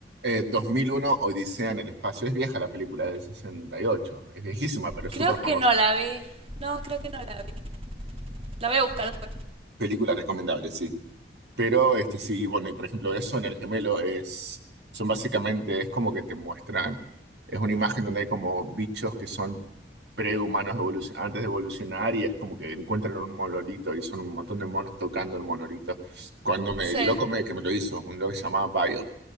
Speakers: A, on the right (about 70°); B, on the right (about 35°).
A: Eh, 2001 Odisea en el espacio. Es vieja la película, es del 68. Es viejísima, pero es
B: Creo
A: súper famosa.
B: que no la vi. No, creo que no la vi. La voy a buscar después.
A: Película recomendable, sí. Pero este sí, bueno, y por ejemplo, eso en el gemelo es, son básicamente, es como que te muestran, es una imagen donde hay como bichos que son prehumanos evolucion- antes de evolucionar y es como que encuentran un monolito y son un montón de monos tocando el monolito. Cuando me, el
B: Sí.
A: loco me, que me lo hizo, un loco que se llamaba Bio,